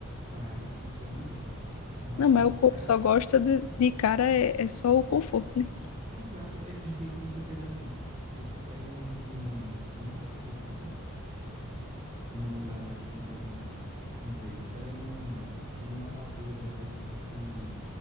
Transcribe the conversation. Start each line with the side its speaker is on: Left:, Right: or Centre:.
Right: pare que você vai morrer. Mas
Left: Não, mas
Right: de
Left: o
Right: cá,
Left: corpo só gosta de, de cara, é, é só o conforto, né?
Right: exato, é, é feito você pegar assim: você pega um, um, um copo de água num lugar lá que tem, por exemplo, vamos dizer, tu pega num, numa ladeirazinha assim que tem